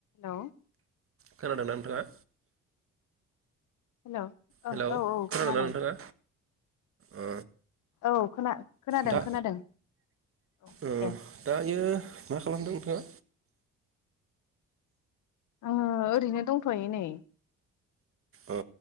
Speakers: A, on the left; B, on the right.
A: हेल'
B: खोनादोंना नोंथाङा?
A: हेल'
B: हेलौ
A: औ औ
B: खोनादोंना
A: खोनादों
B: नोंथाङा ओ
A: औ खोना खोनादों
B: दा
A: खोनादों औ
B: ओ
A: दे
B: दायो मा खालामदों नोंथाङा?
A: नाङो ओरैनो दंथ'यो नै
B: अ